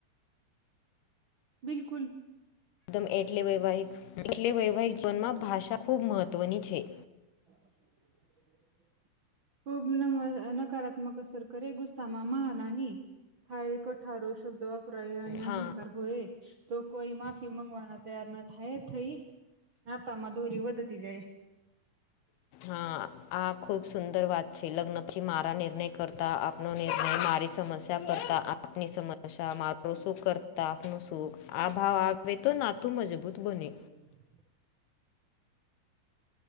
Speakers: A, on the right; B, on the left.
A: બિલકુલ.
B: એકદમ એટલે વૈવાહિક વેવાહિક જીવનમાં ભાષા ખૂબ મહત્વની છે.
A: <inaudible> ખૂબ ન નકારાત્મક અસર કરે ગુસ્સામાં મહનાની થાય કોઠારો શબ્દ વપરાય અને
B: હા
A: અહંકાર હોય તો કોઈ માફી મંગવાના તૈયાર ના થાય થઈ નાતામાં દોરી વધતી જાય.
B: હા આ ખુબ સુંદર વાત છે લગ્ન પછી મારા નિર્ણય કરતા નો નિર્ણય મારી સમસ્યા કરતા આપની સમસ્યા મા તો શુ કર તા આપનું શું. આ ભાવ આવે તો નાતું મજબૂત બને.
A: <unintelligible>